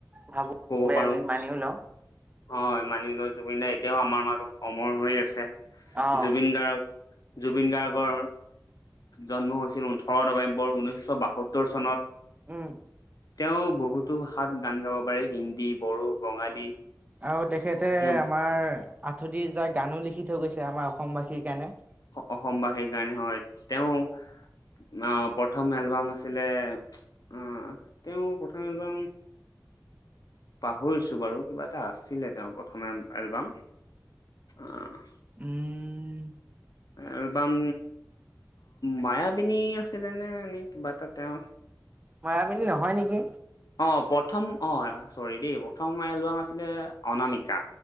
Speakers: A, on the right; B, on the left.
A: ভাবো
B: কব
A: সবে
B: পাৰো
A: আমি মানিও লওঁ
B: হয় মানিলয় জুবিন গাৰ্গ এতিয়াও আমাৰ মাজত অমৰ হৈ আছে
A: অ
B: জুবিন গাৰ্গ জুবিন গাৰ্গৰ জন্ম হৈছিল ওঠৰ নৱেম্বৰ ঊনৈশ বাসত্তৰ চনত।
A: উম।
B: তেওঁ বহুতো ভাষাত গান গাব পাৰে হিন্দী বড়ো বঙালী।
A: আৰু তেখেতে
B: তেওঁ
A: আমাৰ আঠতিৰিশ হেজাৰ গানো লিখি থৈ গৈছে আমাৰ অসমবাসীৰ কাৰণে।
B: অসমবাসীৰ কাৰণে হয় তেওঁ। আহ প্ৰথম এলবাম আছিলে আহ তেওঁ প্ৰথম এলবাম। পাহৰিছো বাৰু কিবা এটা আছিলে তেওঁ প্ৰথমে এলবাম অ'।
A: উম
B: এলবাম মায়াবিনী আছিলে নে এনে ই কিবা এটা তেওঁৰ।
A: মায়াবিনী নহয় নেকি?
B: অ' প্ৰথম অ' চৰি দেই প্ৰথম এলবাম আছিলে অনামিকা।